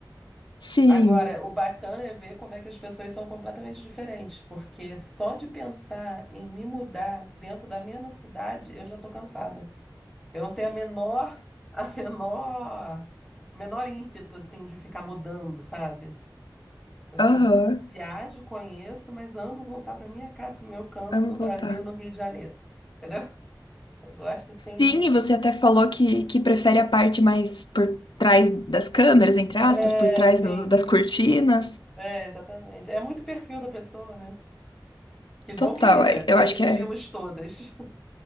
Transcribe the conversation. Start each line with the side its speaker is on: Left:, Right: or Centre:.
Left: Sim,
Centre: Agora, o bacana é ver como é que as pessoas são completamente diferentes, porque só de pensar em me mudar dentro da mesma cidade, eu já tô cansada. Eu não tenho a menor, <laughs> a menor, o menor ímpeto assim de ficar mudando, sabe? Assim,
Left: aham,
Centre: viajo, conheço, mas amo voltar para minha casa, pro meu canto
Left: amo
Centre: no
Left: voltar.
Centre: Brasil, no Rio de Janeiro. Entendeu? Eu gosto assim.
Left: Sim, e você até falou que, que prefere a parte mais por trás das câmeras, entre aspas,
Centre: É,
Left: por trás
Centre: sim.
Left: do- das cortinas.
Centre: É, exatamente. É muito perfil da pessoa, né? Que bom
Left: Total,
Centre: que
Left: é, eu
Centre: existimos
Left: acho que é.
Centre: todas.